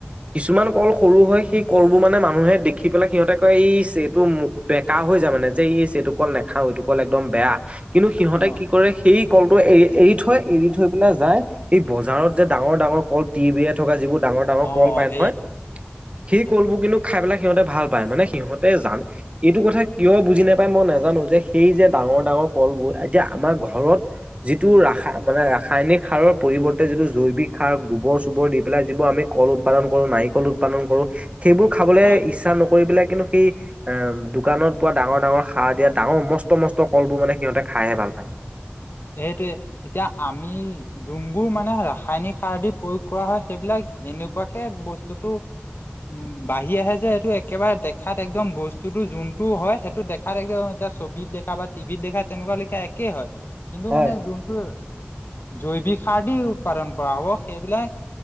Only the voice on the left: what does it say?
অ',
অ',
সেইটো
হয়,
এইটোৱে, এতিয়া আমি যোনবোৰ মানে ৰাসায়নিক সাৰ দি প্ৰয়োগ- কৰা হয়। সেইবিলাক এনেকুৱাকে বস্তুটো- উম, বাঢ়ি আহে যে এইটো একেবাৰে দেখাত একদম বস্তুতো যোনটো হয় সেইটো- খাত একদম এতিয়া ছবিত দেখা বা টিভিত দেখা তেনেকুৱা লিখিয়া একেই হয়। কিন্তু
মানে যোনটো জৈৱিক সাৰ দি উৎপাদন কৰা হব, সেইবিলাক-